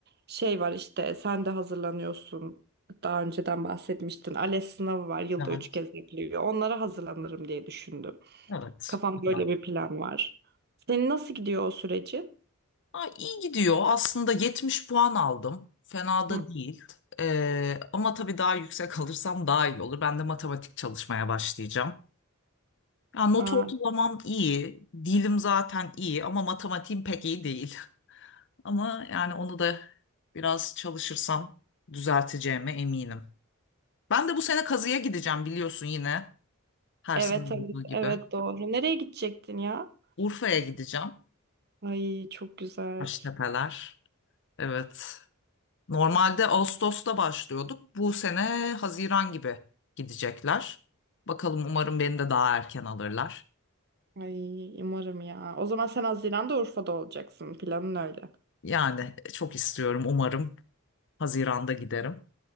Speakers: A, on the right; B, on the left.
A: Şey var işte sen de hazırlanıyorsun. Daha önceden bahsetmiştin. ALES sınavı var. Yılda
B: Evet,
A: üç kez yapılıyor. Onlara hazırlanırım diye düşündüm.
B: evet,
A: Kafamda
B: güzel.
A: böyle bir plan var. Senin nasıl gidiyor o süreci?
B: Ha, iyi gidiyor. Aslında 70 puan aldım. Fena da
A: Hı.
B: değil. Ee, ama tabii daha yüksek <laughs> alırsam daha iyi olur. Ben de matematik çalışmaya başlayacağım. Ya not
A: Aa,
B: ortalamam iyi. Dilim zaten iyi ama matematiğim pek iyi değil. <laughs> Ama yani onu da biraz çalışırsam düzelteceğime eminim. Ben de bu sene kazıya gideceğim biliyorsun yine. Her
A: evet
B: sene olduğu
A: evet
B: gibi.
A: evet doğru. Nereye gidecektin ya?
B: Urfa'ya gideceğim.
A: Ay çok güzel.
B: Taştepeler. Evet. Normalde Ağustos'ta başlıyorduk. Bu sene Haziran gibi gidecekler. Bakalım umarım beni de daha erken alırlar.
A: Ay umarım ya. O zaman sen Haziran'da Urfa'da olacaksın. Planın öyle.
B: Yani çok istiyorum umarım Haziran'da giderim.